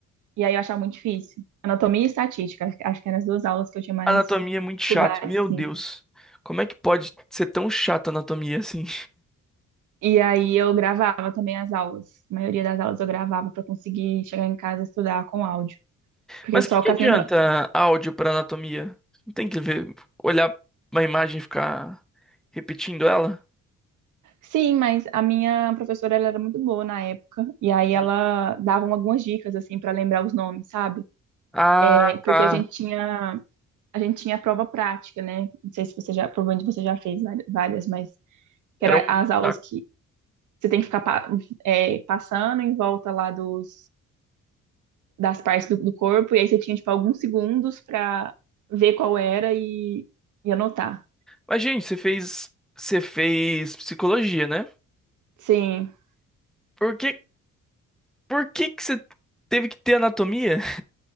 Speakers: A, on the right; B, in the centre.
A: e aí eu achava muito difícil. Anatomia e estatística, acho que eram as duas aulas que eu tinha mais
B: Anatomia é muito
A: dificuldade,
B: chato. Meu
A: assim.
B: Deus. Como é que pode ser tão chato a anatomia assim?
A: E aí eu gravava também as aulas. A maioria das aulas eu gravava para conseguir chegar em casa e estudar com áudio. Porque
B: Mas
A: só
B: o que que
A: com
B: adianta
A: as minhas...
B: áudio pra anatomia? Não tem que ver, olhar uma imagem e ficar repetindo ela?
A: Sim, mas a minha professora ela era muito boa na época, e aí
B: Sim.
A: ela dava algumas dicas assim para lembrar os nomes, sabe?
B: Ah,
A: É, porque
B: tá.
A: a gente tinha a gente tinha a prova prática, né? Não sei se você já, provavelmente você já fez várias, mas que
B: Era
A: era
B: um
A: as aulas
B: saco.
A: que você tem que ficar pa- é, passando em volta lá dos, das partes do, do corpo, e aí você tinha, tipo, alguns segundos para ver qual era e, e anotar.
B: Mas, gente, você fez, você fez psicologia, né?
A: Sim.
B: Por que, por que que você teve que ter anatomia?